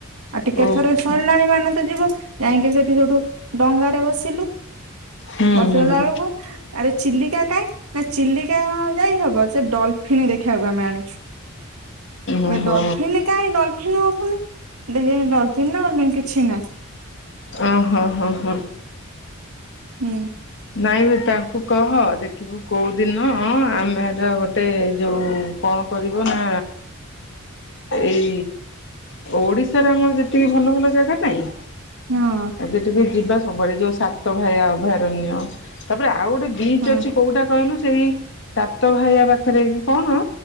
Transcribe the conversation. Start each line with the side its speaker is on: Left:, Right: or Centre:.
Right: ଆଉ ଟିକେ
Left: ଓହୋ
Right: ଥରେ ସରିଲାଣି ମାନେ ତ ଯିବୁ ଯାଇକି ସେଠି ଯୋଠୁ ଡଙ୍ଗାରେ ବସିଲୁ।
Left: ହୁଁ
Right: ବସିଗଲା
Left: ହୁଁ
Right: ବେଳକୁ। ଆରେ ଚିଲିକା କାଇଁ ନା ଚିଲିକା କାଇଁ ହବ ସେ ଡଲଫନ୍ ଦେଖିବାକୁ ଆମେ ଆଣିଛୁ।
Left: ଓହୋ
Right: ଏ ଡଲଫିନ୍ କାହିଁ ଡଲଫିନ୍ ଉଠୁନି ଦଖି ଡଲଫିନ୍ ନା କିଛି ନାହିଁ।
Left: ଓ ହୋ ହଁ ହଁ।
Right: ହୁଁ।
Left: ନାଇଁ ତାଙ୍କୁ କହ ଦେଖିବୁ କୋଉ ଦିନ ଆମେର ଗୋଟେ ଯୋଉ କଣ କରିବୁ ନା
Right: ହଁ
Left: ଏଇ ଓଡିଶାରେ ଆମର ଯେତିକି ଭଲ ଭଲ ଜାଗା ନାଇଁ
Right: ହଁ।
Left: ଯେତିକି ଯିବା ସବୁବେଳେ ଯୋଉଁ ସାତ ଭାଇା ଅଭୟାରଣ୍ୟ ତାପରେ ଆଉ ଗୋଟେ ବିଚ୍
Right: ହଁ
Left: ଅଛି କୋଉଟା କହିଲୁ ସେଇ ସାତ ଭାଇଆ ପାଖରେ କି କଣ?